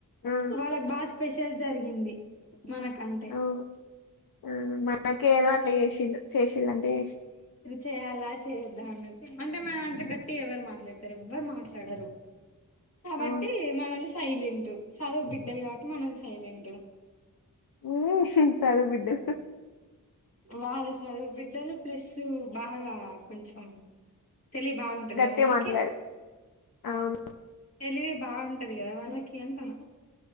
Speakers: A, on the left; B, on the left.
A: ఆ
B: వాళ్ళకి బా స్పెష షల్ జరిగింది మనకంటే
A: అవును ఆ మనకేదో అట్లా చేసిన్రు చేశిల్లు అంటే చేశిళ్ళు
B: చేయాల్న చేయొద్ద్దా అన్నట్టు అంటే మా దాంట్లే గట్ ట్టిగ ఎవరు మాట్లాడతారు ఎవ్వరు మాట్లా ట్లాడారు డరు కాబట్టి
A: ఆ అవును
B: మనలీని సైలెంటు చదువు బిడ్డలు కాబట్టి మనం సైలెంటు
A: ఉహు హు సదు బిడ్డలు
B: వాళ్లు సదువు బిడ్డలు ప్లస్ ఉ బాగా కొంచెం తెలివి బాగుంటది
A: గట్టిగా
B: కదా వాళ్ళకి
A: మాట్లాడు అవును
B: తెలివి బాగు టది గదా వాళ్ళకి అంటాన